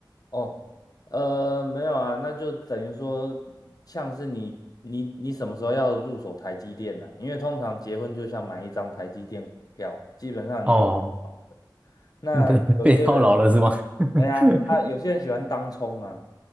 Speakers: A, on the left (about 50°); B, on the right (about 15°).
A: 哦，呃，没有啊，那就等于说，像是你你你什么时候要入手台积电呢、因为通常结婚就像买一张台积电股票，基本上你就保了。
B: 哦。
A: 那有些人，
B: <laughs> 对，被套牢了是吗？<laughs>
A: 哎呀啊，有些人喜欢当冲啊，